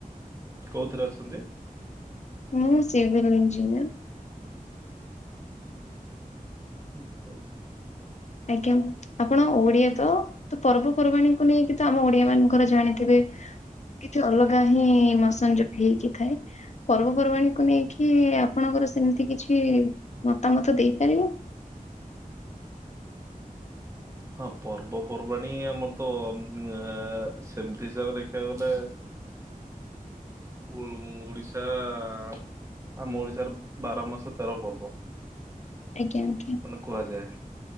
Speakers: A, on the right; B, on the left.
A: କୋଉଥିରେ ଅଛନ୍ତି?
B: ମୁଁ ସିଭିଲ୍ ଇଞ୍ଜିନିୟର।
A: ହ <inaudible>
B: ଆଜ୍ଞା। ଆପଣ ଓଡିଆ ତ ପର୍ବପର୍ବାଣୀକୁ ନେଇକି ତ ଆମ ଓଡିଆ ମାନଙ୍କର ଜାଣିଥିବେ କିଛି ଅଲଗା ହିଁ ଇମୋସନ ଯୋଡି ହେଇକି ଥାଏ। ପର୍ବପର୍ବାଣୀକୁୁ ନେଇକି ଆପଣଙ୍କର ସେମିତି କିଛି ମତାମତ ଦେଇପାରିବେ?
A: ହଁ ପର୍ବପର୍ବାଣୀ ଆମର ତ ଏଁ ସେମିତି ହିସାବ ରେ ଦେଖିବାକୁ ଗଲେ ଉଁ ଉଁ ଓଡ଼ିଶା ଆ ଆମ ଓଡିଶା ର ବାର ମାସ ତେର ପର୍ବ
B: ଆଜ୍ଞା ଆଜ୍ଞା।
A: ମାନେ କୁହାଯାଏ।